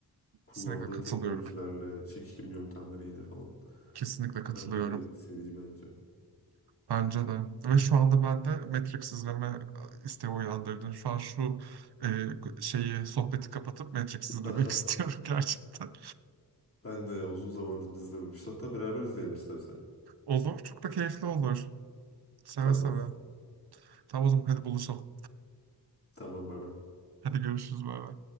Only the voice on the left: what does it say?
Kullandığı
teknolojilerle, çekim yöntemleriyle falan.
Harika bir seri bence.
<laughs>
Ben de ya uzun zamandır izlememiş. Hatta beraber izleyelim istersen.
Tamam.
Tamam bay bay.